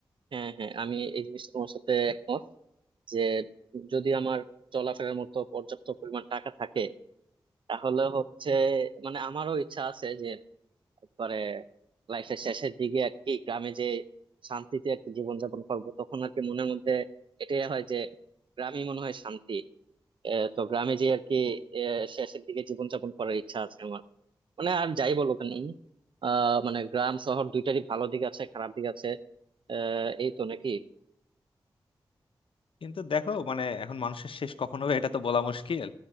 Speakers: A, on the right; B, on the left.
A: হ্যাঁ হ্যাঁ আমি এই জিনিসটা তোমার সাথে একমত যে যদি আমার চলাফেরার মতো পর্যাপ্ত পরিমাণ টাকা থাকে তাহলে হচ্ছে মানে আমারও ইচ্ছা আছে যে একবারে লাইফের শেষের দিকে আর কি গ্রামে যে শান্তিতে আর কি জীবনযাপন করবো তখন আর কি মনের মধ্যে এটাই হয় যে গ্রামই মনে হয় শান্তি আহ, তো গ্রামে যে আর কি আহ, শেষের দিকে জীবনযাপন করার ইচ্ছা আছে আমার মানে আর যাই বলো কেন আহ মানে গ্রাম শহর দুইটারই ভালো দিক আছে খারাপ দিক আছে আহ এই তো নাকি
B: কিন্তু দেখো মানে এখন মানুষের শেষ কখন হবে এটা তো বলা মুশকিল